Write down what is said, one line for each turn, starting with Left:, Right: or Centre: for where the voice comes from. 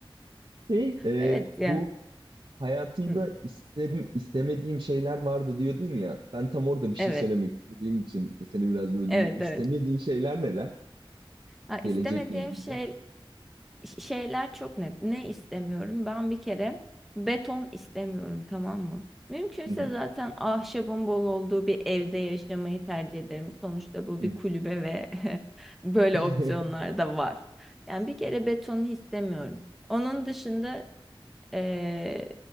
Right: Şey, e,
Centre: Evet ya.
Right: bu Hayatımda
Centre: Hı,
Right: isterim, istemediğim şeyler vardı diyordun ya. Ben tam orada bir şey
Centre: Evet.
Right: söylemek istediğim için seni biraz böldüm.
Centre: Evet
Right: Bu İstemediğin
Centre: evet.
Right: şeyler neler?
Centre: Ha,
Right: Gelecekle
Centre: istemediğim
Right: ilgili.
Centre: şey ş- şeyler çok net. Ne istemiyorum? Ben bir kere beton istemiyorum, tamam mı? Mümkünse
Right: Hı hı,
Centre: zaten ahşabın bol olduğu bir evde yaşamayı tercih ederim. Sonuçta bu
Right: hı
Centre: bir
Right: hı,
Centre: kulübe ve <laughs> böyle
Right: hı
Centre: opsiyonlar da var. Yani bir kere betonu istemiyorum. Onun dışında ee,